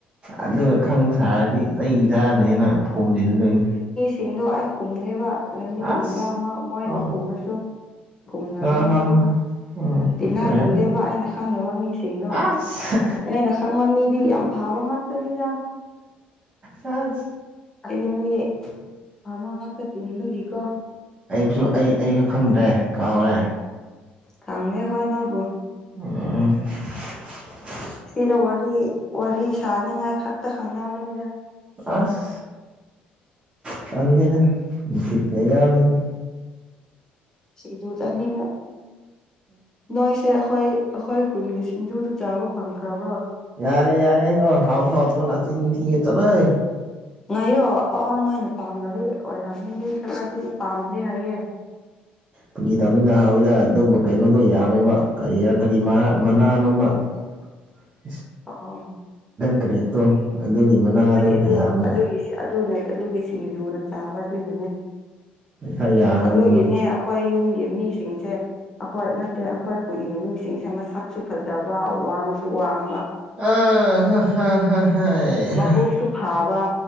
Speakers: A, on the right (about 25°); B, on the left (about 15°).
A: ꯑꯗꯨꯒ ꯈꯪ ꯁꯥꯔꯗꯤ ꯆꯩ ꯆꯥꯗꯅꯤꯅ ꯊꯣꯝꯖꯤꯜꯂꯗꯣꯏꯅꯤ
B: ꯆꯤꯡꯗꯣ ꯑꯩ ꯈꯨꯝꯅꯦꯕ ꯂꯝꯕꯤꯒꯨꯝꯕ
A: ꯑꯁ
B: ꯑꯃ ꯃꯣꯏꯅ
A: ꯑꯣ
B: ꯈꯨꯝꯅꯁꯨ ꯐꯣꯨꯝꯅꯕꯅꯦꯗꯤ
A: ꯍ ꯍ ꯎꯝ
B: ꯇꯤꯟꯟꯅꯅꯤꯡꯗꯦꯕ
A: ꯑꯣꯏꯔꯝ
B: ꯑꯩꯅ ꯈꯪꯗꯕ ꯃꯤꯁꯤꯡꯗꯣꯩꯅ
A: ꯑꯁ
B: ꯑꯩꯅ ꯈꯪꯕ ꯃꯤ ꯗꯤ ꯌꯥꯝ ꯐꯥꯕ ꯉꯥꯛꯇꯅꯦ ꯑꯣꯖꯥ
A: ꯑ
B: ꯍꯥꯏꯗꯤ ꯃꯤ ꯃꯃꯥ ꯉꯥꯛꯇ ꯇꯤꯟꯕꯒꯤꯀꯣ
A: ꯑꯩꯁꯨ ꯑꯩ ꯑꯩꯁꯨ ꯈꯪꯗ꯭ꯔꯦ ꯀꯥꯎꯔꯦ
B: ꯀꯪꯅꯦ ꯍ ꯅꯣꯏ ꯣ
A: ꯑꯣ
B: ꯁꯤꯒ ꯋꯥꯔꯤ ꯋꯥꯔꯤ ꯁꯥꯅꯤꯡꯉꯥꯏ ꯈꯛꯇ ꯈꯪꯅꯕꯅꯤꯗ
A: ꯑꯁ ꯆꯗꯗ ꯄꯌꯥ ꯌꯥꯎꯗꯅ
B: ꯁꯤꯗꯨ ꯆꯥꯅꯤꯡꯉꯥꯏ ꯅꯣꯏꯁꯦ ꯑꯩꯈꯣꯏ ꯑꯩꯈꯣꯏ ꯈꯨꯟꯒꯤ ꯁꯤꯡꯖꯨꯗ ꯆꯥꯕ ꯐꯪꯈ꯭ꯔꯕ
A: ꯌꯥꯔꯦ ꯌꯥꯔꯦꯣ ꯍꯥꯎ ꯍꯥꯎꯗꯕꯨ ꯅꯅꯥꯆꯅꯤ ꯊ ꯆꯂꯣꯏ
B: ꯉꯥꯏꯌꯣ ꯑꯥ ꯅꯣꯏꯅ ꯄꯥꯝꯅꯕꯤ ꯑꯣꯏꯔꯝꯅꯤ ꯃꯤ ꯈꯔꯗꯤ ꯄꯥꯝꯗꯦ ꯍꯥꯏꯌꯦꯦ
A: ꯍ ꯒꯤ ꯇꯥꯃꯤꯗꯍꯏꯗ ꯑꯗꯨꯝꯕ ꯀꯩꯅꯣꯗꯣ ꯌꯥꯝꯃꯦꯕ ꯀ ꯔ ꯀꯔꯤ ꯃꯅꯥ ꯅꯣꯃ ꯊꯦꯡꯌꯨ
B: ꯑꯥ
A: ꯀꯔꯤꯌꯦꯛꯇꯣ ꯑꯗꯨꯒꯤ ꯃꯅꯥꯗꯣ
B: ꯑꯗꯨ
A: ꯌꯥꯝꯃꯦ
B: ꯑꯗꯨꯒꯤ ꯑꯗꯨꯅ ꯑꯗꯨꯒꯤ ꯁꯤꯡ ꯌꯨꯅ ꯆꯥꯕ ꯑꯗꯨꯏꯗꯨꯅꯦ
A: ꯈꯔ ꯌꯥꯝꯃꯦ
B: ꯑꯗꯨꯒꯤꯅꯦ
A: ꯑꯗꯨꯗꯣ
B: ꯑꯩꯈꯣꯏ ꯌꯨꯝꯒꯤ ꯃꯤ ꯁꯤꯡꯁꯦ ꯑꯩꯈꯣꯏ ꯅꯠꯇꯦ ꯑꯩꯈꯣꯏ ꯈꯨꯟꯒꯤ ꯃꯤꯁꯤꯡꯁꯦ ꯃꯁꯛꯁꯨ ꯐꯖꯕ ꯋꯥꯡꯁꯨ ꯋꯥꯡ
A: ꯑ ꯍ ꯍ ꯍ
B: ꯃꯥꯕꯨꯣꯛꯛꯁꯨ
A: ꯍ
B: ꯐꯥꯕ